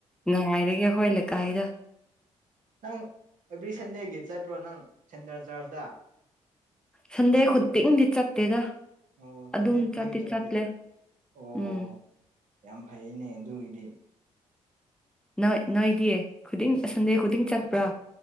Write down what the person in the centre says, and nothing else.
ꯉꯥꯏꯔꯒꯦ ꯑꯩꯈꯣꯏ ꯂꯩꯀꯥꯏꯗ
ꯁꯟꯗꯦ ꯈꯨꯗꯤꯡꯗꯤ ꯆꯠꯇꯦꯗ
ꯑꯗꯨꯝ
ꯆꯠꯇꯤ
ꯆꯠꯂꯦ
ꯎꯝ
ꯅꯣꯏ ꯅꯣꯏꯗꯤ ꯈꯨꯗꯤꯡ ꯁꯟꯗꯦ ꯈꯨꯗꯤꯡ ꯆꯠꯄ꯭ꯔꯣ